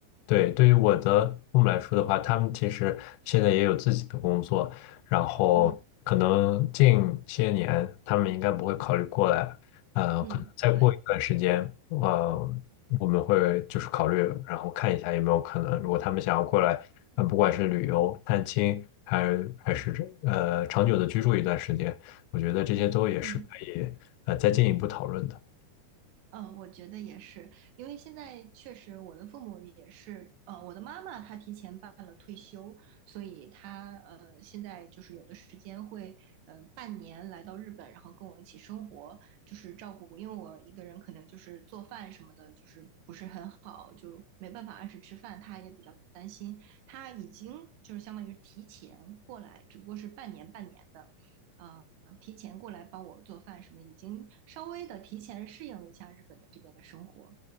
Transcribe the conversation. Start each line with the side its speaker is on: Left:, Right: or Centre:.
Left: 对，对于我的父母来说的话，他们其实现在也有自己的工作，然后可能近些年他们应该不会考虑过来，
Right: 嗯
Left: 呃，
Right: 嗯，
Left: 可能再过一段时间，
Right: 对，
Left: 呃，我们会就是考虑，然后看一下有没有可能，如果他们想要过来，呃，不管是旅游、探亲，还是还是呃长久的居住一段时间，我觉得这些都也是可以呃再进一步讨论的。
Right: 嗯。嗯，我觉得也是，因为现在确实我的父母也是，呃，我的妈妈她提前办了退休，所以她呃现在就是有的时间会呃半年来到日本，然后跟我一起生活，就是照顾，因为我一个人可能就是做饭什么的，就是不是很好，就没办法按时吃饭，她也比较担心，她已经就是相当于提前过来，只不过是半年半年的。啊呃提前过来帮我做饭什么，已经稍微的提前适应了一下日本的这边的生活。